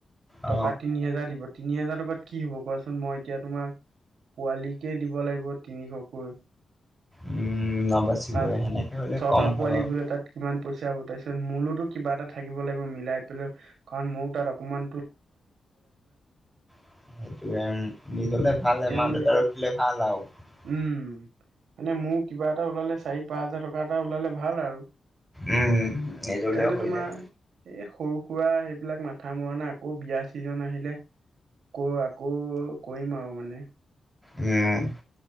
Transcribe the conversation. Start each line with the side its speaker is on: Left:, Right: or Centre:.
Centre: অ
Right: টকা তিনি হাজাৰ দিব তিনি হাজাৰ টকাত কি হ'ব কোৱাচোন মই এতিয়া তোমাৰ পোৱালীক কেই দিব লাগিব তিনিশকৈ
Centre: উম নবাচিবই
Right: পাঁচ
Centre: সেনেকে হলে
Right: ছটা
Centre: কম
Right: পোৱালি
Centre: হয় বাৰু
Right: গোলে তাত কিমান পইচা গোতাইছে মোলেতো কিবা এটা থাকিব লাগিব মিলাই কাৰণ মৌ তাত অকমান
Centre: সেইটোএ
Right: মানে উ'ম মানে মোৰ কিবা এটা ওলালে চাৰি, পাঁচ হাজাৰ টকা এটা ওলালে ভাল আৰু
Centre: উ'ম, নিজৰলেওঁ
Right: সেইকাৰণে
Centre: হৈ
Right: তোমাৰ
Centre: যায়।
Right: এই সৰু সুৰা সেইবিলাক মাথা মৰা নাই আকৌ বিয়া চিজন আহিলে। ক আকৌ কৰিম আৰু মানে।
Centre: উ'ম,